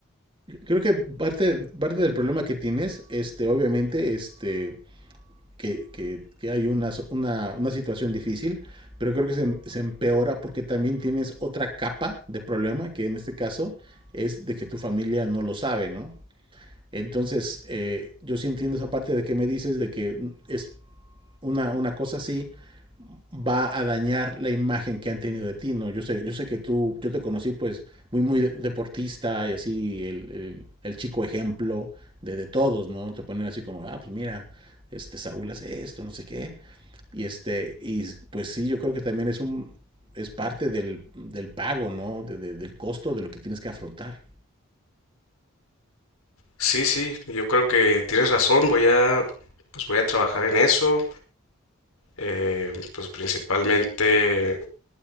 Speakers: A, on the right; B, on the left.
A: Creo que parte, parte del problema que tienes, este, obviamente, este, que, que, que hay una, so, una, una, situación difícil, pero creo que se, se, empeora porque también tienes otra capa de problema, que en este caso es de que tu familia no lo sabe, ¿no? Entonces, eh, yo sí entiendo esa parte de que me dices de que es una, una cosa así va a dañar la imagen que han tenido de ti, ¿no? Yo sé, yo sé que tú, yo te conocí pues muy, muy de- deportista y así el, el, el chico ejemplo de, de todos, ¿no? Te ponen así como, ah, pues mira, este Saúl hace esto, no sé qué, y este, y s- pues sí, yo creo que también es un, es parte del, del pago, ¿no? De, de, del costo de lo que tienes que afrontar.
B: Sí, sí, yo creo que tienes razón, voy a pues voy a trabajar en eso. eh, pues principalmente